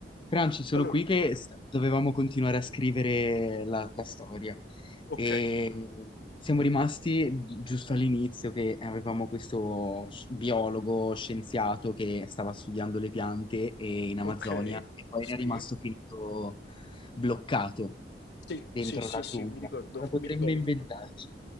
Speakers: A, on the left (about 30°); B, on the left (about 65°).
A: Franci, sono
B: Allora,
A: qui che s- dovevamo continuare a scrivere la, la storia
B: ok,
A: e siamo rimasti gi- giusto all'inizio che avevamo questo sci- biologo scienziato che stava studiando le piante e- in Amazzonia
B: ok,
A: e poi
B: sì,
A: era rimasto finito bloccato
B: sì,
A: dentro
B: sì, sì,
A: la giungla.
B: sì, mi ricordo,
A: Cosa potremmo
B: mi ricordo.
A: inventarci?